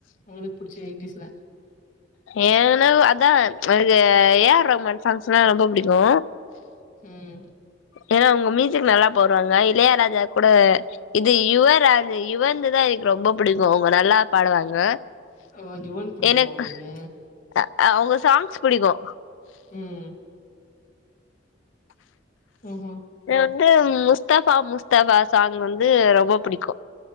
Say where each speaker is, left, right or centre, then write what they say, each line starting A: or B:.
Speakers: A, on the left (about 45°); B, on the left (about 75°).
A: உங்களுக் புடிச்சது எய்டீஸ்ல
B: ஏனகு அதா அ ஏ ஆர் ரஹ்மான் சாங்ஸ்னா ரொம்ப புடிக்கு
A: ம்
B: ஏனா அவுங்க மியூசிக் நல்லா போற்றாங்க இளைய ராஜா கூட இது யுவராஜு யுவன்து தா எனக்கு ரொம்ப புடிக்கு அவுங்க நல்லா பாடுவாங்க
A: ஓ! யுவன் புடிக்குமா
B: எனக்
A: உங்களுக்கு?
B: அ அவுங்க சாங்ஸ் புடிக்கு
A: ம் ம்ஹ்ம்
B: வந்து முஸ்தஃபா முஸ்தஃபா சாங் வந்து ரொம்ப புடிக்கு